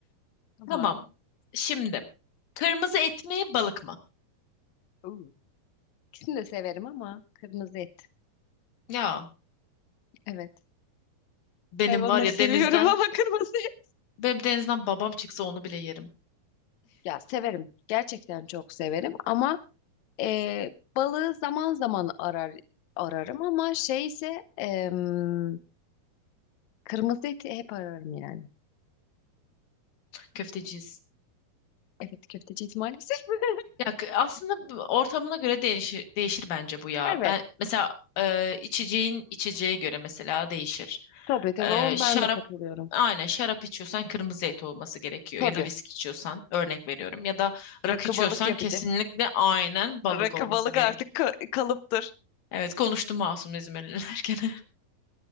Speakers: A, on the left; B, on the left.
A: Tamam.
B: Tamam. Şimdi kırmızı et mi balık mı?
A: Oo. İkisini de severim ama kırmızı et.
B: Ya
A: Evet.
B: benim
A: Hayvanları
B: var ya
A: seviyorum
B: denizden
A: ama <laughs> kırmızı et.
B: benim denizden babam çıksa onu bile yerim.
A: Ya severim. Gerçekten çok severim ama e, balığı zaman zaman arar ararım ama şey ise em, kırmızı eti hep ararım yani.
B: Köfteciyiz.
A: Evet köfteciyiz maalesef. <laughs>
B: Ya k- aslında bu ortamına göre değişir, değişir bence bu ya.
A: Evet.
B: Ben mesela e, içeceğin içeceğe göre mesela değişir.
A: Tabii tabii
B: E,
A: onu
B: şarap
A: ben de katılıyorum.
B: aynen şarap içiyorsan kırmızı et olması gerekiyor
A: Tabii.
B: ya da viski içiyorsan örnek veriyorum ya da rakı
A: Rakı
B: içiyorsan
A: balık yapacak.
B: kesinlikle aynen balık
A: Rakı
B: olması
A: balık
B: gerekiyor.
A: artık ka- kalıptır.
B: Evet konuştum masum İzmirliler <laughs> gene.